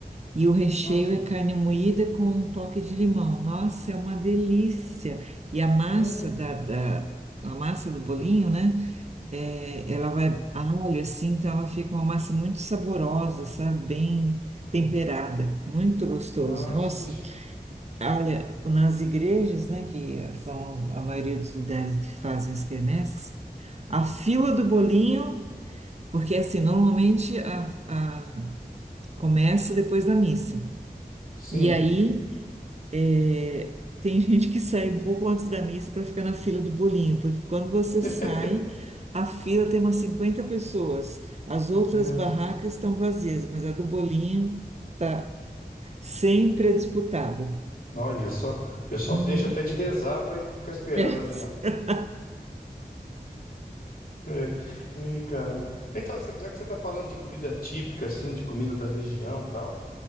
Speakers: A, on the right; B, on the left.
A: e o recheio
B: Ah, sim.
A: é carne moída com um toque de limão. Nossa, é uma delícia! E a massa
B: Hum,
A: da, da- a massa do bolinho, né? é, ela vai alho assim, então ela fica uma massa muito saborosa, sabe? Bem temperada, muito gostoso.
B: ah,
A: Nossa.
B: esqueci.
A: Olha, nas igrejas, né, que são a maioria dos lugares que fazem as quermesses, a fila do bolinho, porque assim, normalmente a, a- começa depois da missa.
B: sim.
A: E aí é, tem <laughs> gente que sai um pouco antes da missa para ficar na fila do bolinho, porque quando você
B: <laughs>
A: sai, a fila tem umas 50 pessoas. As outras
B: Beleza.
A: barracas estão vazias, mas a do bolinho tá sempre é disputada.
B: Olha só, o pessoal
A: Uhum.
B: se deixa até de rezar pra ir ficar esperando
A: <laughs>
B: ali na. É, e caramba. Então, cê- já que você tá falando de comida típica, assim, de comida da região e tal,